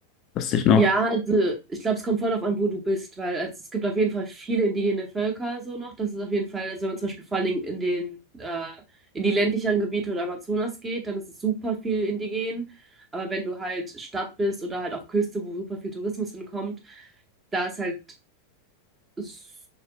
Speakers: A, on the left; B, on the right.
A: Das ist noch.
B: Ja, also ich glaube, es kommt voll darauf an, wo du bist, weil also es gibt auf jeden Fall viele indigene Völker so noch. Das ist auf jeden Fall, also wenn man zum Beispiel vor allen Dingen in den äh, in die ländlicheren Gebiete oder Amazonas geht, dann ist es super viel indigen. Aber wenn du halt Stadt bist oder halt auch Küste, wo super viel Tourismus hinkommt, da ist halt s-